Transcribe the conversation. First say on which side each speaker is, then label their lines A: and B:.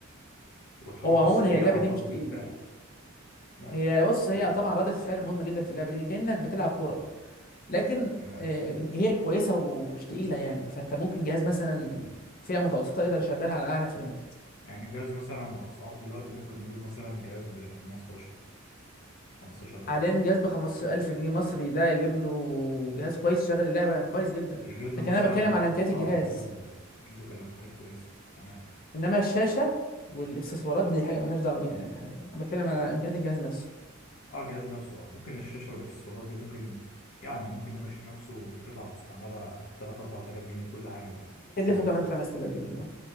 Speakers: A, on the left; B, on the left.
A: والحركة
B: هو عموما
A: السريعة
B: هي اللعبه
A: وردة
B: دي مش تقيله
A: الفعل تمام
B: هي بص هي طبعا ردة الفعل مهمه جدا في اللعبه دي كانك بتلعب كوره لكن
A: تمام
B: آه، هي كويسه ومش تقيله يعني فانت ممكن جهاز مثلا فئه متوسطه يقدر يشغلها على اعلى فريمات
A: يعني جهاز مثلا بأسعار دلوقتي ممكن نقول مثلا جهاز ب 15 15000
B: حاليا جهاز ب 15000 جنيه مصري ده يجيب له جهاز كويس شغل اللعبه كويس جدا
A: يجيب له
B: لكن
A: مثلا
B: انا بتكلم عن امكانيات
A: أه
B: الجهاز
A: يجيب له يجيب له كلام حاجات كويسة تمام
B: انما الشاشه والاكسسوارات دي حاجه مالناش دعوه بيها يعني حاليا انا بتكلم على امكانيات الجهاز نفسه
A: اه الجهاز نفسه آه. ممكن الشاشة والاكسسوارات دي ممكن يعني ممكن يمشي نفسه بقطع مستعملة 3 4000 جنيه كل حاجة بقى
B: كلفه
A: تمام
B: كمان 5000 جنيه اه